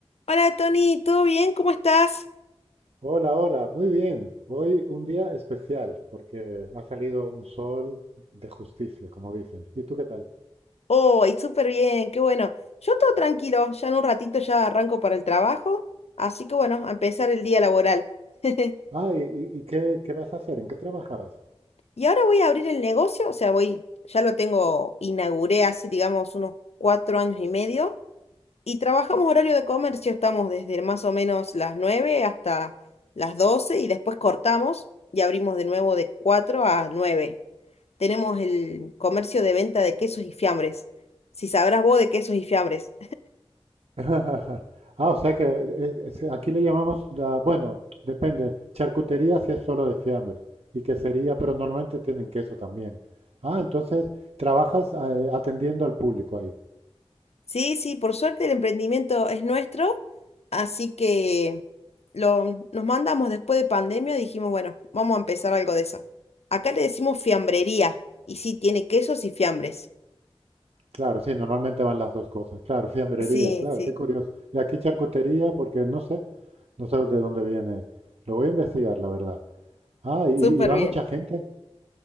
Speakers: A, on the left; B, on the right.
A: Hola Tony, ¿todo bien? ¿Cómo estás?
B: Hola, hola, muy bien. Hoy un día especial porque ha salido un sol de justicia, como dicen. ¿Y tú qué tal?
A: Hoy, súper bien, qué bueno. Yo todo tranquilo, ya en un ratito ya arranco para el trabajo, así que bueno, a empezar el día laboral. <laughs>
B: Ah, ¿y, y- y qué, qué vas a hacer? ¿En qué trabajabas?
A: Y ahora voy a abrir el negocio, o sea, voy, ya lo tengo, inauguré hace, digamos, unos cuatro años y medio, y trabajamos horario de comercio, estamos desde más o menos las 9 hasta las 12 y después cortamos y abrimos de nuevo de 4 a 9. tenemos el comercio de venta de quesos y fiambres. Si sabrás vos de quesos y fiambres.
B: <laughs> Ah, o sea que eh, es- aquí le llamamos, la- bueno, depende, charcutería si es solo de fiambre y quesería, pero normalmente tienen queso también. Ah, entonces trabajas eh, atendiendo al público ahí.
A: Sí, sí, por suerte el emprendimiento es nuestro, así que lo, nos mandamos después de pandemia, dijimos, bueno, vamos a empezar algo de eso. Acá le decimos fiambrería, y sí, tiene quesos y fiambres.
B: Claro, sí, normalmente van las dos cosas. Claro, fiambrería,
A: Sí,
B: claro,
A: sí,
B: qué curioso. Y aquí charcutería, porque no sé, no sé de dónde viene. Lo voy a investigar, la verdad. Ah, y, y
A: súper
B: va
A: bien.
B: mucha gente.